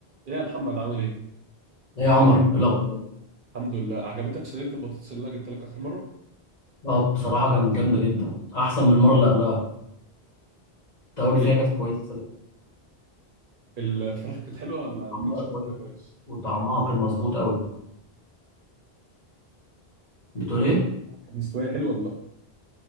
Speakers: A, on the right; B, on the left.
A: ايه يا محمد عامل ايه؟
B: ايه يا عمر
A: أعج...
B: ايه الاخبار
A: الحمد لله عجبتك صينية البطاطس اللي أنا جبت لك آخر مرة؟
B: اه بصراحه كانت جامده جدا احسن من المره اللي قبلها التقول
A: ايه
B: فيها كانت كويسه كانت
A: الفراخ كانت حلوة ولا
B: محمره
A: ما كانتش مستوية
B: كويس
A: كويس؟
B: وطعمها كان مظبوط قوي بتقول ايه
A: ولا الفراخ كانت مستوية حلوة ولا لا؟